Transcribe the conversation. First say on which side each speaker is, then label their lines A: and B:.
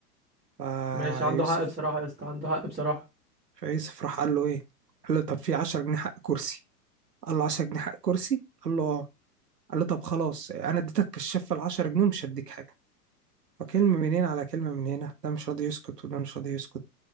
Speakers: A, on the right; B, on the right.
A: فيوسف
B: ماشي عنده حق بصراحه يا اسطى عنده حق بصراحه
A: فيوسف راح قال له ايه قال له طب في 10 جنيه حق كرسي قال له 10 جنيه حق كرسي قال له اه قال له طب خلاص انا اديتك الشفه ال 10 جنيه ومش هديك حاجه فكلمه من هنا على كلمه من هنا ده مش راضي يسكت وده مش راضي يسكت